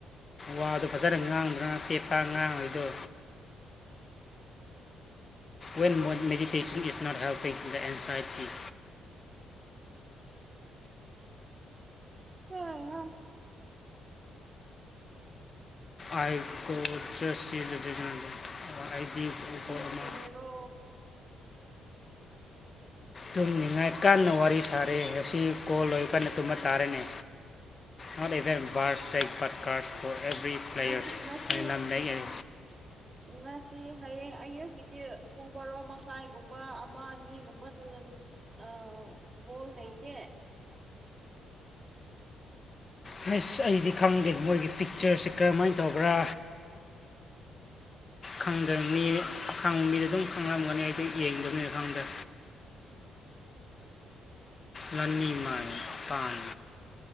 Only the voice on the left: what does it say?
ꯋꯥꯗꯣ ꯐꯖꯅ ꯉꯥꯡꯗ꯭ꯔꯅ ꯄꯦꯄ ꯉꯥꯡꯉꯏꯗꯣ when meditation is not helping the anxiety
I ꯀꯣ ꯆꯁꯤ ꯂꯩꯗꯅ ꯑꯩꯗꯤ
ꯀꯣ ꯑꯃ ꯇꯨꯝꯅꯤꯡꯉꯥꯏ ꯀꯥꯟꯟꯅ ꯋꯥꯔꯤ ꯁꯥꯔꯦ ꯉꯁꯤ ꯀꯣꯜ ꯂꯣꯏꯔ ꯀꯥꯟ ꯑꯗꯨ ꯇꯥꯔꯦꯅꯦ ꯑꯣ ꯏꯚꯦꯟ ꯕꯥ ꯀꯥꯔ ꯐꫭꯔ ꯑꯦꯕ꯭ꯔꯤ ꯄ꯭ꯂꯦꯌꯔ
ꯑꯩꯅ ꯃꯦꯛ ꯑꯦ
ꯐꯁ ꯑꯩꯗꯤ ꯈꯪꯗꯦ ꯃꯣꯏꯒꯤ ꯐꯤꯛꯆꯔꯁꯦ ꯀꯔꯝꯍꯥꯏꯅ ꯇꯧꯕ꯭ꯔꯥ ꯈꯪꯗ ꯃꯤ ꯈꯪ ꯃꯤꯗ ꯑꯗꯨꯝ ꯈꯪꯉꯝꯒꯅꯤ ꯑꯩꯗ ꯌꯦꯡꯗꯕꯅꯤ ꯈꯪꯗ꯭ꯔꯦ ꯂꯅꯤꯃꯥꯏ ꯇꯥꯟ